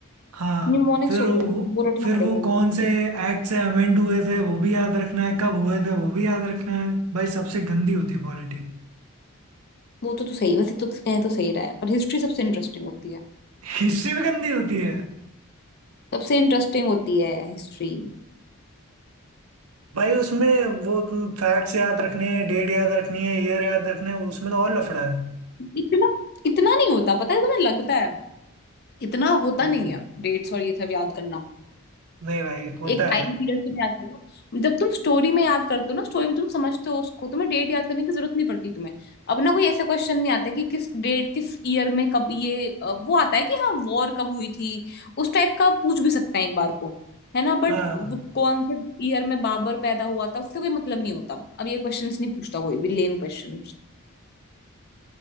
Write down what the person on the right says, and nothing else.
हाँ
फिर
वो
फिर
वो
कौन
से एक्ट से अमेंड हुए थे वो भी याद रखना है कब हुए थे वो भी याद रखना है भाई सबसे गंदी होती है पॉलिटी
हिस्ट्री भी गंदी होती है
भाई उसमें वो तुम फैक्ट्स याद रखने हैं डेट याद रखनी है ईयर याद रखने हैं उसमें तो और लफड़ा है
हम्म,
नहीं भाई होता
है
हाँ